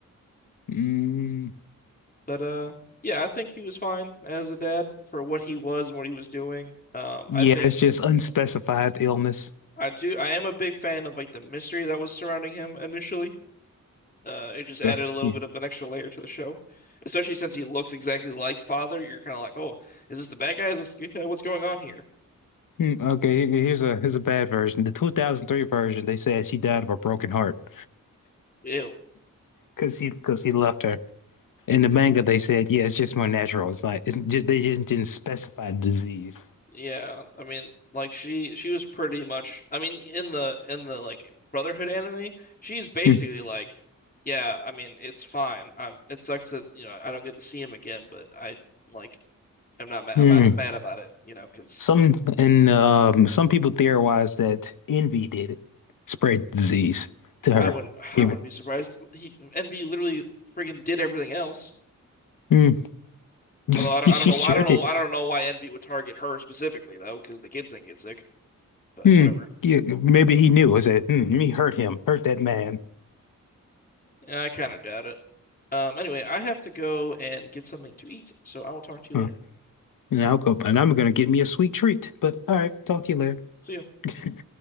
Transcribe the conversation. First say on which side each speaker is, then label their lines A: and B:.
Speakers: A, on the left; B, on the left.
A: Mm.
B: But uh, yeah, I think he was fine as a dad for what he was and what he was doing. Um,
A: Yeah,
B: I think
A: it's just unspecified illness.
B: I do. I am a big fan of like the mystery that was surrounding him initially. Uh, it just added
A: Uh,
B: a little
A: yeah.
B: bit of an extra layer to the show, especially since he looks exactly like Father. You're kind of like, oh, is this the bad guy? Is this the good guy? What's going on here?
A: Mm, okay, here- here's a here's a bad version. The 2003 version, they said she died of a broken heart.
B: Ew.
A: Because he because he left her. In the manga, they said, yeah, it's just more natural. It's like it's just they just didn't specify disease.
B: Yeah. I mean, like she she was pretty much. I mean, in the in the like Brotherhood anime, she's basically
A: Hmm.
B: like, yeah. I mean, it's fine. I'm. It sucks that you know I don't get to see him again, but I like. I'm not mad.
A: Hmm.
B: I'm not mad about it. You know, because.
A: Some and um, some people theorize that envy did it, spread disease to her.
B: I wouldn't <sighs>
A: Give
B: I wouldn't
A: it.
B: be surprised. He Envy literally freaking did everything else.
A: Hmm. <laughs>
B: Although I don't
A: She,
B: I
A: she
B: don't know
A: sure
B: why I don't
A: did.
B: know I don't know why Envy would target her specifically though, because the kids didn't get sick. But
A: Hmm.
B: whatever.
A: Yeah, maybe he knew. I said, hmm, let me hurt him, hurt that man.
B: Yeah, I kind of doubt it. Um, anyway, I have to go and get something to eat, so I will talk to you
A: Huh.
B: later.
A: And I'll go, and I'm gonna get me a sweet treat. But all right, talk to you later.
B: See ya.
A: <laughs>